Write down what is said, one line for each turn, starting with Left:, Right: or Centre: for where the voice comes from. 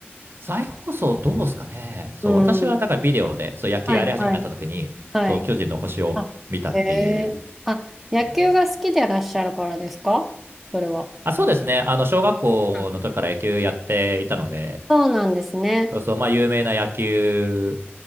Right: 再放送どうですかね。そう、
Centre: うん。
Right: 私はだからビデオで、そう、野球やり始めた時に、
Centre: はいはい。はい。
Right: そう、巨人の星を見たっていう。
Centre: あ、へえ。あ、野球が好きでいらっしゃるからですかそれは。
Right: うんあ、そうですね。あの、小学校の時から野球やっていたので、
Centre: うんそうなんですね。
Right: そうそう、まあ、有名な野球